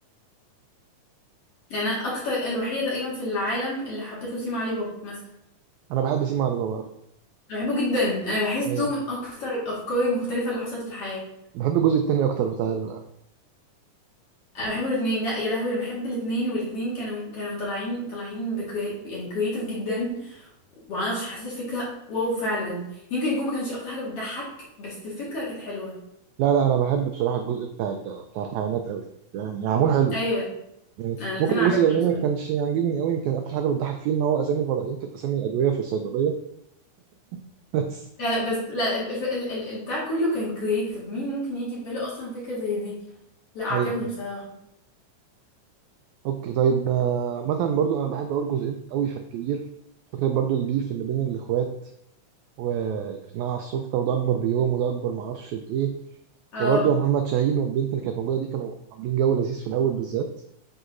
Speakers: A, on the left; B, on the right.
A: يعني انا اكتر الوحيده تقريبا في العالم اللي حبيت له سيما علي بابا مثلا
B: أنا بحب سيما علي بابا على فكرة
A: أنا بحبه جدا انا بحسه
B: أيوه
A: من اكتر الافكار المختلفه اللي حصلت في الحياه
B: بحب الجزء التاني أكتر بتاع ال...
A: انا بحب الاثنين لا يا لهوي انا بحب الاثنين والاثنين كانوا كانوا طالعين طالعين بكري... يعني كرييتيف جدا ومعرفش حسيت الفكره واو فعلا يمكن يكون ما كانش اكتر حاجه بتضحك بس الفكره كانت حلوه
B: لا لا أنا بحب بصراحة الجزء بتاع ال... بتاع الحيوانات أوي يعني معمول حلو
A: ايوه
B: يعني
A: انا الاثنين
B: ممكن
A: عجبوني
B: الجزء الاولاني
A: بصراحه
B: ما كانش يعجبني قوي يمكن اكتر حاجه بتضحك فيه ان هو اسامي الفضائيين كانت اسامي ادويه في الصيدليه <laughs> بس
A: لا لا بس لا الف... ال... ال... ال- البتاع كله كان كرييتيف مين ممكن يجي في باله اصلا فكره زي دي لا عجبني
B: ايوه
A: بصراحه
B: اوكي طيب آه، مثلا برضو انا بحب اول جزئين قوي في الكبير فكره برضو البيف اللي بين الاخوات وخناقه على السلطه وده اكبر بيوم وده اكبر معرفش بايه
A: اه
B: وبرضو محمد شاهين والبنت اللي كانت موجوده دي كانوا عاملين جو لذيذ في الاول بالذات